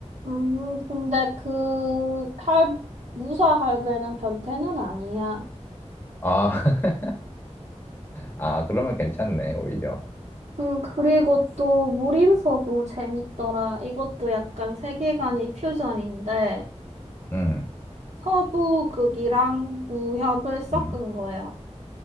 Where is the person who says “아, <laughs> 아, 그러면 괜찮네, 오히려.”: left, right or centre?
Left